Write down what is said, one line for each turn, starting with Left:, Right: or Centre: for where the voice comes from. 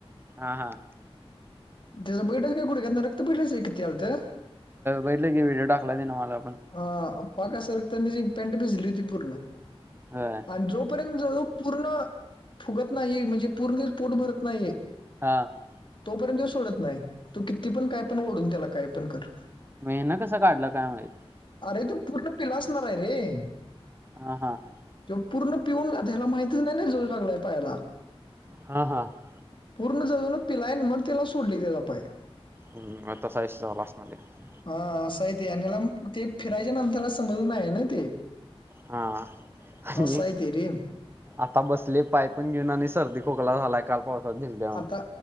Right: हा हा <unintelligible>
Left: त्याचं बैटाच काय कुठे घेतणार रक्त बैटलंच आहे किती आल तर
Right: बैटले की व्हिडिओ टाकलाय दे ना मला आपण <unintelligible>
Left: हा पाकासारख त्यांनीी पेन्ट भिजली होती पूर्ण
Right: हा <unintelligible>
Left: आणि जोपर्यंत जो पूर्ण फुगत नाही म्हणजे पूर्ण ते पोट भरत नाही
Right: हा <unintelligible>
Left: तोपर्यंत सोडत नाही तू किती पण काय पण ओढून त्याला काय पण कर
Right: मेहन कसं काढलं काय माहित <unintelligible>
Left: अरे तू पूर्ण पिलासणार आहे रे <unintelligible>
Right: ह हा <unintelligible>
Left: ते पूर्ण पिऊन राहात्याला माहतीच नाही जजू लागलाय पायाला
Right: हा हा <unintelligible>
Left: पूर्ण जऊून पिलायने मग त्याला सोडली ज पाय <unintelligible>
Right: हम्म म तसा इस चवला असणार <unintelligible>
Left: हा सइ ते अनिलम <unintelligible> ते फिरायचे नाम त्याला समज नाही आहे ना ते
Right: हा आणि
Left: असं आहे ते रे
Right: आता बसले पाय पून घेऊन आणि सर्दी खोकला झालाय काल पावसात भिजल्यावर
Left: आता